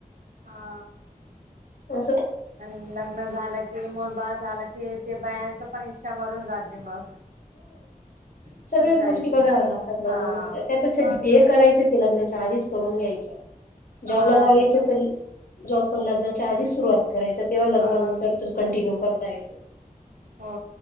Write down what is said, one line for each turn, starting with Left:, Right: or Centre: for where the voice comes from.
Right: हा
Left: असं
Right: आणि लग्न झालं की मग बाळ झालं की ते बायाच पण इच्छा मरून जाते मग. शिकायची
Left: सगळ्यांचं गोष्टी बघाव्या लागतात
Right: हा
Left: लग्नानंतर, त्यापेक्षा
Right: मग
Left: जे करायचे ते लग्नांच्या आधीच करून घ्यायच. जॉबला
Right: हा
Left: लागायच
Right: ते पण
Left: तर,
Right: आहे
Left: जॉब पण लग्नाच्या आधी सुरुवात करायच. तेव्हा लग्नानंतर
Right: अ
Left: तो कंटिन्यू करता येतो.
Right: हो